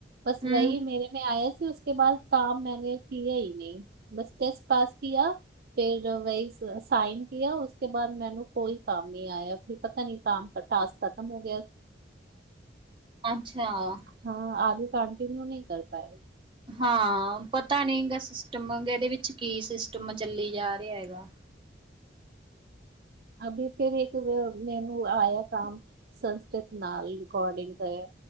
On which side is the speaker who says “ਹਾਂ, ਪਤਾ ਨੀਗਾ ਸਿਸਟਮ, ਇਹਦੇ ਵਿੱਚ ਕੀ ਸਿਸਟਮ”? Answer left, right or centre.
Right